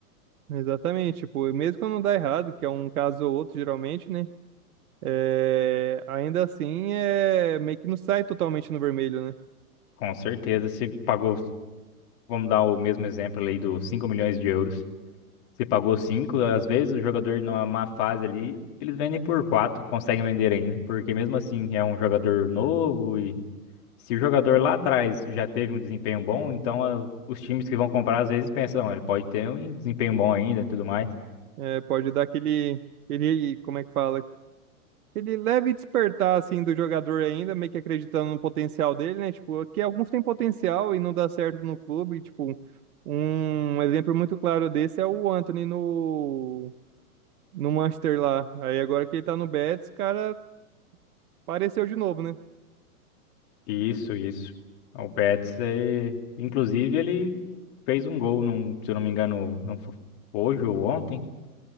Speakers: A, on the right; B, on the left.
A: Exatamente, tipo, e mesmo quando não dá errado, que é um caso ou outro geralmente, né? É, ainda assim, é meio que não sai totalmente no vermelho, né?
B: Com certeza, se pagou, vamos dar o mesmo exemplo ali dos 5 milhões de euros. Se pagou 5 às vezes o jogador numa má fase ali, eles vendem por 4 conseguem vender ainda, porque mesmo assim é um jogador novo e se o jogador lá atrás já teve um desempenho bom, então ah, os times que vão comprar às vezes pensam, "Ah, ele pode ter um desempenho bom ainda e tudo mais.
A: É, pode dar aquele, aquele, como é que fala? Ele leve despertar, assim, do jogador ainda, meio que acreditando no potencial dele, né? Tipo, que alguns têm potencial e não dá certo no clube. Tipo, um exemplo muito claro desse é o Anthony no, no Manchester lá. Aí agora que ele tá no Betis, o cara apareceu de novo, né?
B: Isso, isso. O Betis, é... inclusive, ele fez um gol, num, se eu não me engano, não fo- hoje ou ontem,